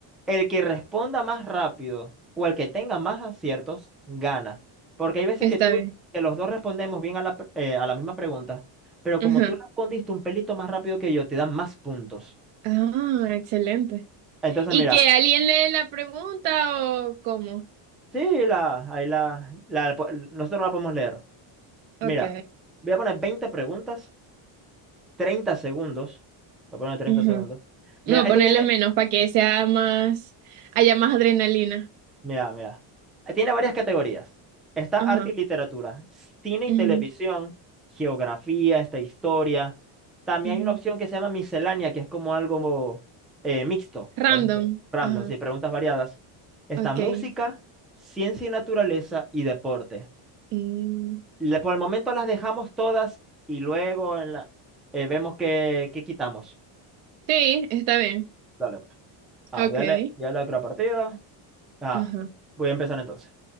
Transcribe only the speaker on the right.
está
bien.
Ajá.
Ah, excelente.
¿Y
que alguien lee la pregunta o cómo?
Ok,
ujú.
No,
ponerle
menos para que sea más, haya más adrenalina.
Ajá,
ujú,
ujú.
Random,
ajá,
ok.
Mm,
Sí, está bien.
Okay,
ajá,